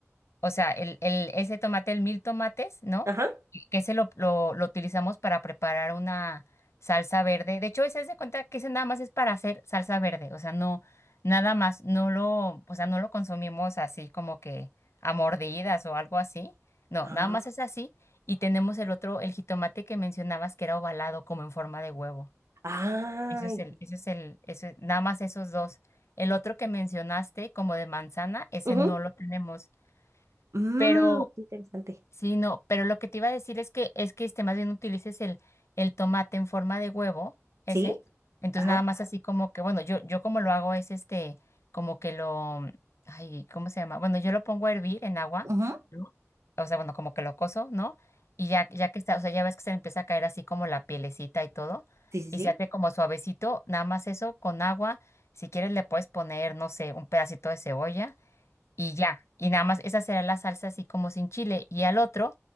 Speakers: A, on the left (about 60°); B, on the right (about 70°).
A: O sea, el, el, ese tomate, el mil tomates, ¿no?
B: Ajá.
A: Y Que ese lo, lo, lo utilizamos para preparar una salsa verde. De hecho, ese es de cuenta que ese nada más es para hacer salsa verde. O sea, no, nada más, no lo, o sea, no lo consumimos así como que a mordidas o algo así. No,
B: Ah.
A: nada más es así. Y tenemos el otro, el jitomate que mencionabas que era ovalado, como en forma de huevo.
B: Ay.
A: Ese es el, ese es el, ese, nada más esos dos. El otro que mencionaste, como de manzana, ese
B: ujú.
A: no lo tenemos.
B: Mm,
A: Pero
B: qué interesante.
A: Sí, no, pero lo que te iba a decir es que es que este más bien utilices el, el tomate en forma de huevo, ese.
B: ¿Sí?
A: Entonces
B: Ajá.
A: nada más así como que, bueno, yo, yo como lo hago es este, como que lo, ay, ¿cómo se llama? Bueno, yo lo pongo a hervir en agua,
B: ujú.
A: o sea, bueno, como que lo cozo, ¿no? Y ya, ya que está, o sea, ya ves que se le empieza a caer así como la pielecita y todo,
B: Sí, sí,
A: y
B: sí.
A: se hace como suavecito, nada más eso con agua. Si quieres le puedes poner, no sé, un pedacito de cebolla y ya. Y nada más, esa será la salsa así como sin chile. Y al otro